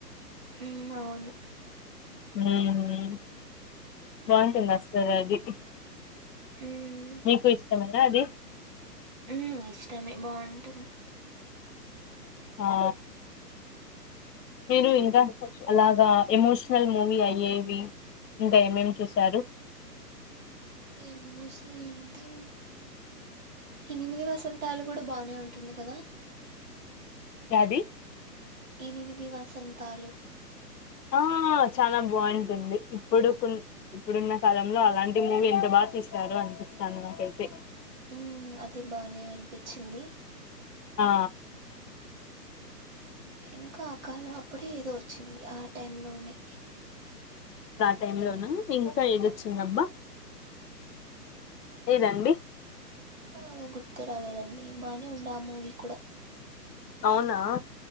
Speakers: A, in the centre; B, on the left (about 75°).
A: ఉమ్ అవును
B: హ్మ్ హ్మ్ బాగుంటుంది అసలు అది
A: హ్మ్
B: నీకు ఇష్టమేనా అది
A: ఉ ఇష్టమే బాగుంటుంది
B: ఆ మీరు ఇంకా అలాగా ఎమోషనల్ మూవీ అయ్యేవి. ఇంకా ఏమేం చూశారు
A: అట్లా ఎమోషనల్ అంటే ఎనిమిది వసంతాలు కూడా బానే ఉంటుంది కదా
B: యాది
A: ఎనిమిది వసంతాలు
B: ఆ చాలా బాగుంటుంది ఇప్పుడు కు ఇప్పుడున్న కాలంలో అలాంటి మూవీ ఎంత బా తీశారు అన్పిస్తోంది నాకైతే
A: ఉ అది బానే అనిపించింది
B: ఆ
A: ఇంకా ఆ కాలం అప్పుడే ఏదో వచ్చింది ఆ టైం లోనే
B: టైం లోనా ఇంకా ఏదోచిందబ్బా ఏదండి
A: అదే గుర్తు రాలేదండి బానే ఉండే ఆ మూవీ కూడా
B: అవునా